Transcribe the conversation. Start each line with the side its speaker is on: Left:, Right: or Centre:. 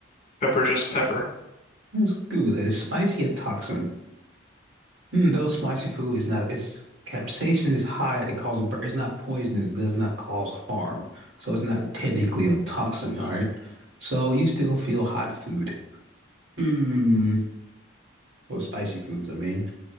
Left: Pepper's just pepper.
Right: It's good. Is spicy a toxin? Mm, though spicy food is not, it's capsaicin is high. It causes, bur- it's not poisonous, does not cause harm. So it's not technically a toxin. All right. So you still feel hot food. Hmm. Or spicy foods, I mean.